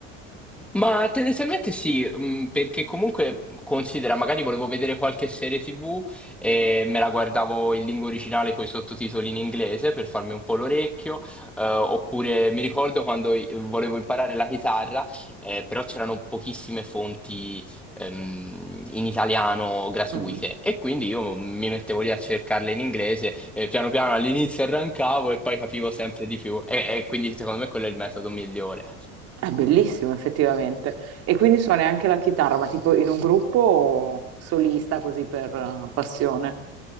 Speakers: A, in the centre; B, on the right.
A: Ma tendenzialmente sì, mh, perché comunque considera, magari volevo vedere qualche serie TV e me la guardavo in lingua originale con i sottotitoli in inglese per farmi un po' l'orecchio, eh, oppure mi ricordo quando i- volevo imparare la chitarra, eh, però c'erano pochissime fonti ehm, in italiano gratuite
B: Mhm.
A: e quindi io mi mettevo lì a cercarle in inglese, eh, piano piano all'inizio arrancavo e poi capivo sempre di più e e quindi secondo me quello è il metodo migliore.
B: È bellissimo effettivamente. E quindi suoni anche la chitarra, ma tipo in un gruppo o solista così per eh, passione?